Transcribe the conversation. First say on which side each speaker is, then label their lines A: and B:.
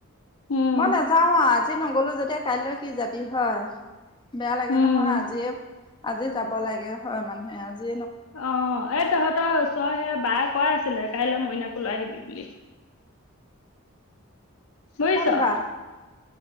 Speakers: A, on the left; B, on the left.
A: উম
B: মই নাযাও আ আজি ন গ'লো যেতিয়া কাইলৈ কি যাবি হয়। বেয়া লাগে
A: উম
B: নহয়
A: অ
B: আজিয়ে আজি যাব লাগে হয় মানুহে আজি
A: অ এ তহঁতৰ ওচৰ সেয়া ব কৰা আছিলে কাইলৈ মই কইলৈ আহিবি বুলি বুজিছ।
B: কোন বা